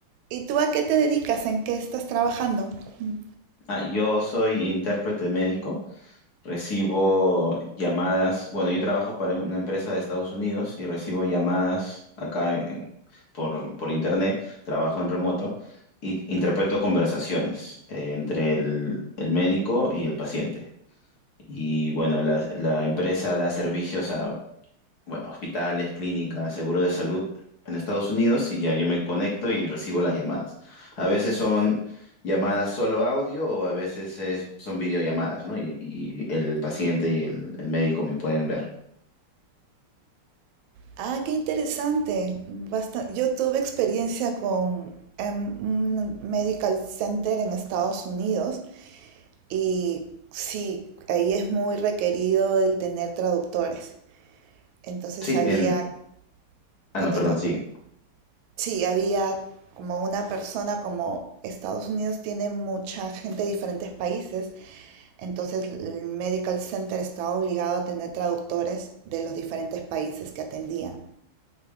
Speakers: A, on the right (about 75°); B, on the left (about 55°).
A: y tú a qué te dedicas? ¿En qué estás trabajando? Mm.
B: Ah, yo soy intérprete médico. Recibo llamadas, bueno, yo trabajo para una empresa de Estados Unidos y recibo llamadas acá en- por, por internet, trabajo en remoto y interpreto conversaciones eh, entre el, el médico y el paciente. Y bueno, la, la empresa da servicios bueno, hospitales, clínicas, seguro de salud en Estados Unidos y ya yo me conecto y recibo las llamadas. A veces son llamadas solo audio o a veces es- son videollamadas, ¿no? Y, y el paciente y el, el médico me pueden ver.
A: Ah, qué interesante. Basta- Yo tuve experiencia con em, un medical center en Estados Unidos Y sí, ahí es muy requerido el tener traductores. Entonces
B: Sí,
A: había,
B: en... Ah, no,
A: continúa,
B: perdón, sigue.
A: perdón. Sí, había como una persona, como Estados Unidos tiene mucha gente de diferentes países, entonces el Medical Center estaba obligado a tener traductores de los diferentes países que atendían.